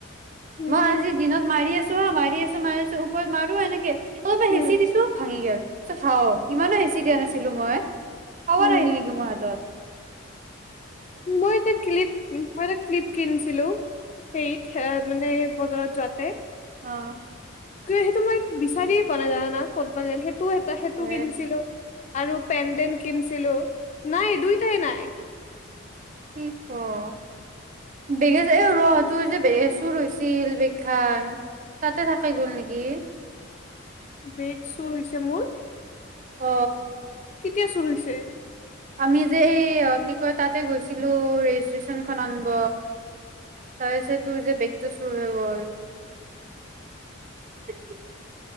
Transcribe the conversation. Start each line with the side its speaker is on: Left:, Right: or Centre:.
Left: উম
Right: মই আজি দিনত মাৰি আছো মাৰি আছো মাৰি আছোঁ উপৰত মাৰো এনেকে অবা
Left: উম
Right: হেঁচি দিছো ভাঙি গেল চ হাও ইমানো হেঁচি দিয়া নাছিলো মই আবাৰ
Left: উম
Right: আহিল নেকি মহাতত
Left: মই এটা ক্লিপ মই এটা ক্লিপ কিনিছিলো হেত সেয়া মানে বজাৰত যোৱাতে
Right: অ
Left: কিয় সেইটো মই বিচাৰিয়ে পোৱা নাই জানানা ক'তবা ৰেল সেটো সেইটো তা সেইটো
Right: হে
Left: কিনিছিলো আৰু পেণ্ডেণ্ট কিনছিলো নাই দুইটাই নাই
Right: কি ক অ বেগেযে এ ৰহ তোৰ যে বেগ চুৰ হৈছিল বেগ খান তাতে থাকাই গ'ল নেকি
Left: বেগ চুৰ হৈছে মোৰ
Right: অ
Left: কেতিয়া চুৰ হৈছে
Right: আমি যে এই কি কয় তাতে গৈছিলো ৰেজিষ্ট্ৰেচন খন আনব তাৰেছে তোৰ যে বেগটো চুৰ হৈ গল উমহ হু